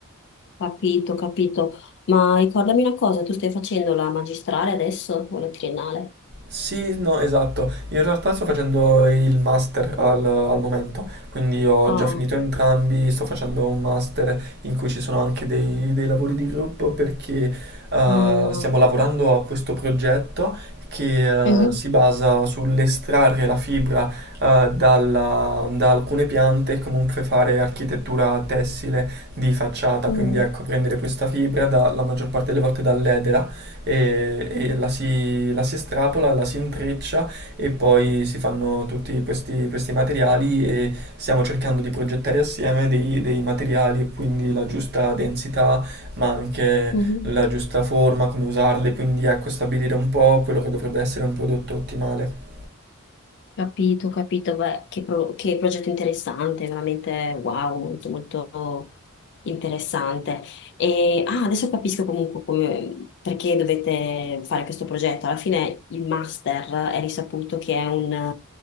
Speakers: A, on the left; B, on the right.
A: Capito, capito. Ma ricordami una cosa, tu stai facendo la magistrale adesso o la triennale?
B: Sì, no, esatto. In realtà sto facendo il master al, al momento, quindi ho
A: Ah,
B: già finito entrambi, sto facendo un master in cui ci sono anche dei, dei lavori di gruppo perché eh,
A: ah.
B: stiamo lavorando a questo progetto che
A: Mhm.
B: eh, si basa sull'estrarre la fibra eh, dalla- da alcune piante e comunque fare architettura tessile di facciata,
A: Mm,
B: quindi ecco prendere questa fibra da- la maggior parte delle volte dall'edera e, e la, si, la si estrapola, la si intreccia e poi si fanno tutti questi, questi materiali e stiamo cercando di progettare assieme dei, dei materiali e quindi la giusta densità ma anche
A: mhm.
B: la giusta forma, come usarle, quindi ecco stabilire un po' quello che dovrebbe essere un prodotto ottimale.
A: Capito, capito, beh, che, pro- che progetto interessante, veramente wow, molto molto interessante. E ah, adesso capisco comunque come- perché dovete fare questo progetto. Alla fine il master è risaputo che è un,